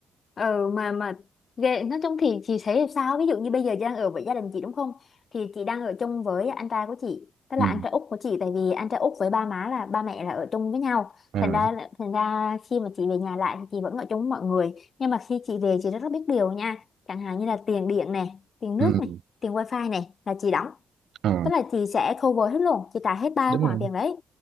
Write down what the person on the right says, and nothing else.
ừ
à,
ừ
à,
đúng
rồi